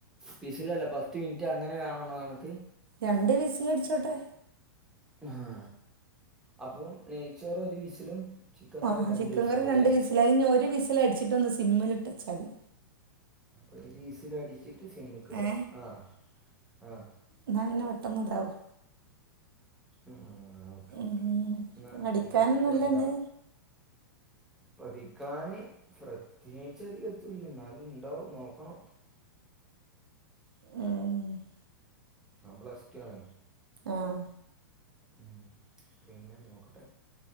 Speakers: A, in the centre; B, on the right.
A: വിസിലല്ല പത്ത് മിനിറ്റ് അങ്ങനെയാണോ <unintelligible> കണക്ക്
B: രണ്ട് വിസില് അടിച്ചോട്ടെ
A: ആഹ് അപ്പോം നെയ്ച്ചോറ് ഒരു വിസിലും ചിക്കൻ
B: ആഹ്
A: കറി രണ്ട്
B: ചിക്കൻ
A: വിസിലും
B: കറി രണ്ട്
A: അല്ലേ
B: വിസിലായി ഇനി ഒരു വിസിൽ അടിച്ചിട്ട് ഒന്ന് സിമ്മിലിട്ട് വെച്ചാതി
A: ഒരു വിസില് അടിച്ചിട്ട് സിമ്മിക്ക്ടുക
B: ഏ
A: ആഹ് ആഹ്
B: എന്നാൽ പിന്നെ പെട്ടന്ന് ഇതാവും
A: ആഹ് ഓക്കേ
B: ഉം.
A: ഓക്കേ എന്ന
B: പഠിക്കാനൊന്നുമില്ലെന്ന്
A: എന്നാ ഇനീപ്പോ അത് ഇണ്ടാ പഠിക്കാന് പ്രത്യേകിച്ച് അധികത്തൂല്ല എന്നാലും ഉണ്ടാവും നോക്കണം
B: ഏഹ്
A: ഓൻ പ്ലസ് ടു ആണ്
B: ആഹ്
A: ഉം പിന്നെ നോക്കട്ടെ